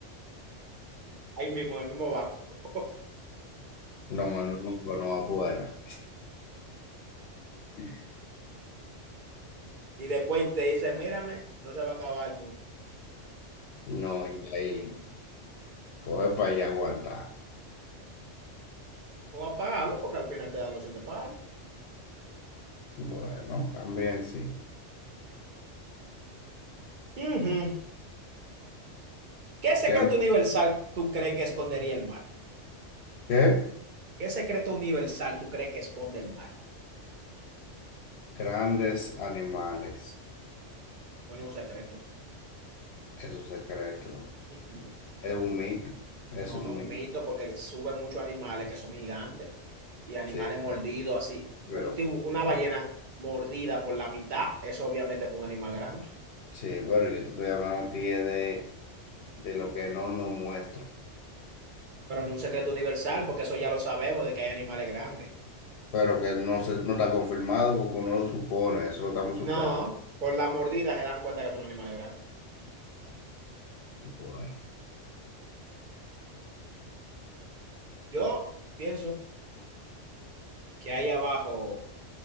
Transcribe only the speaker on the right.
Ahí mismo, en el mismo banco.
Y después te dice, mírame, no se va a acabar el mundo.
O apágalo porque al final te dan la opción de pagar.
Ujú. ¿Qué secreto
universal tú crees que escondería el mar?
¿Qué secreto universal tú crees que esconde el mar?
Bueno, un secreto.
Mm, mm.
No,
no, un
mito porque suben muchos animales que son gigantes y animales
mordidos
así.
Un tibu- una ballena mordida por la mitad, eso obviamente fue un animal grande.
Pero no un secreto universal porque eso ya lo sabemos de que hay animales grandes.
No,
con la mordida se dan cuenta que son animales grandes.
Yo pienso que ahí abajo